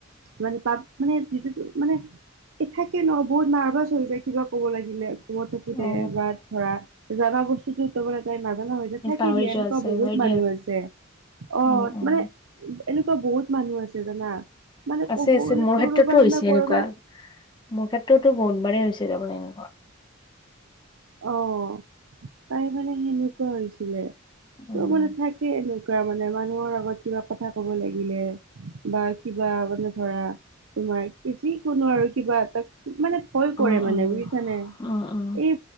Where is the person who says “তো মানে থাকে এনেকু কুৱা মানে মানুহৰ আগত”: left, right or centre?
Right